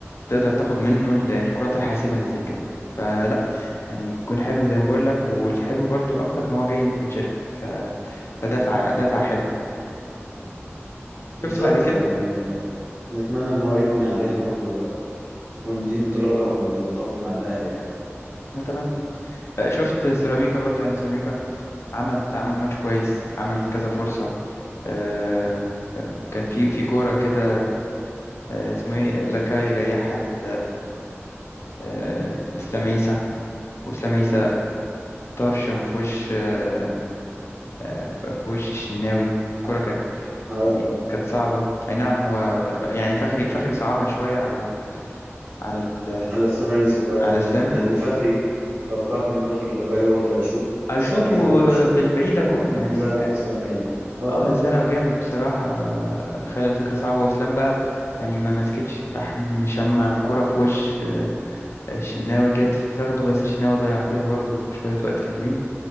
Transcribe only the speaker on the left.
تقدر تاخد منه ال- الكرات الحاسمة اللي زي كده فلا يعني جون حلو زي ما بقول لك والحلو برضو اكتر ان هو جاي من بن شرقي ف... فدفعة دفعة حلو
شفت بعد كده
نتمنى آه، شفت سيراميكا برضو يعني سيراميكا عمل عمل ماتش كويس عمل كذا فرصة آه، آه، كان في في كورة كده آه، اسمه ايه لاكاي ريحها ال- آه، اسلام عيسى واسلام عيسى طرشم في وش آه، آه، في وش الشناوي الكورة كانت
يعني كانت صعبة أي نعم هو لا- يعني فخري فخري صعبها شوية على على ال...
على
سلام
أيشوتو
في البعيدة جون
يعني
كانت
اه زنقه جامد بصراحة خلى الفكرة صعبة وسلام بقى يعني ما مسكتش راح مشمع الكرة في وش آه، الشناوي جت فاخده بس الشناوي ضيع فيها برضو شوية وقت حلوين